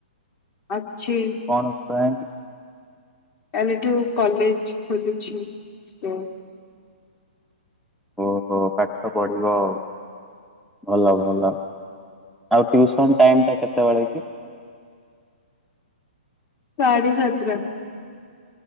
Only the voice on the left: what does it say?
ଅଛି
କାଲିଠୁ କଲେଜ ଖୋଲୁଛି। ସେ
ସାଢେ ସାତଟା